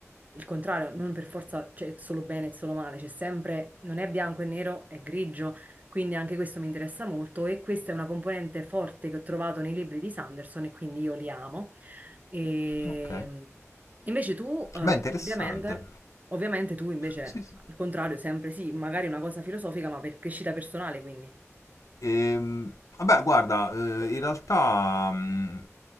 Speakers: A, on the right; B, on the left.
A: il contrario, non per forza c'è solo bene e solo male, c'è sempre, non è bianco e nero, è grigio. Quindi anche questo mi interessa molto e questa è una componente forte che ho trovato nei libri di Sanderson e quindi io li amo. E
B: Ok.
A: invece tu, eh,
B: Beh, interessante.
A: ovviamente, ovviamente tu invece,
B: Sì, sì.
A: al contrario, sempre sì, magari una cosa filosofica, ma per crescita personale, quindi.
B: Ehm, vabbè, guarda, eh, in realtà mm,